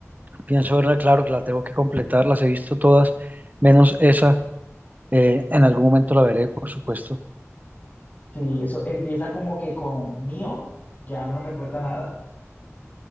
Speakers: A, on the right; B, on the left.
A: pienso verla, claro que la tengo que completar, las he visto todas, menos esa. Eh, en algún momento la veré, por supuesto.
B: Sí, eso empieza como que con Neo ya no recuerda nada,